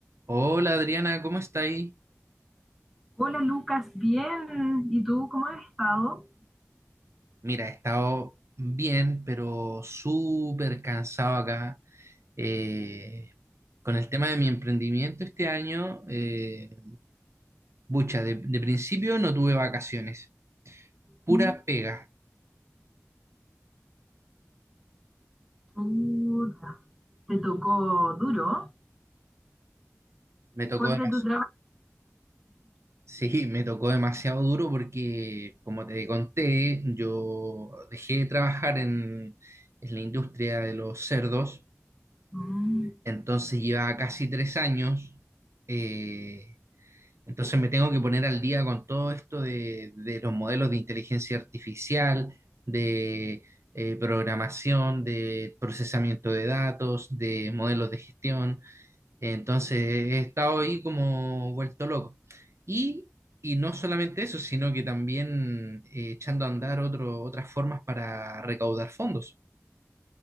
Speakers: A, on the right (about 60°); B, in the centre.
A: Hola Adriana, ¿cómo está ahí?
B: Hola Lucas, bien. ¿Y tú cómo has estado?
A: Mira, he estado bien, pero súper cansado acá. Eh, con el tema de mi emprendimiento este año, eh, bucha, de, de principio no tuve vacaciones, pura
B: Mm,
A: pega.
B: chuta. ¿Te tocó duro?
A: Me tocó,
B: ¿Fuerte
A: demas-
B: tu trabajo?
A: <laughs> sí, me tocó demasiado duro porque, como te conté, yo dejé de trabajar en, en la industria de los cerdos,
B: Mm,
A: entonces llevaba casi tres años. eh, Entonces me tengo que poner al día con todo esto de, de los modelos de inteligencia artificial, de eh, programación, de procesamiento de datos, de modelos de gestión. Entonces he estado ahí como vuelto loco. Y, y no solamente eso, sino que también eh, echando a andar otro, otras formas para recaudar fondos.